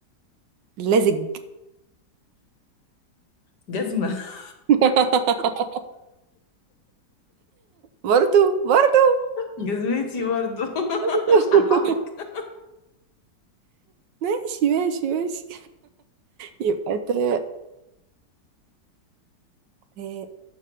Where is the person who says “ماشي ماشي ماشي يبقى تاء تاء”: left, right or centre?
Right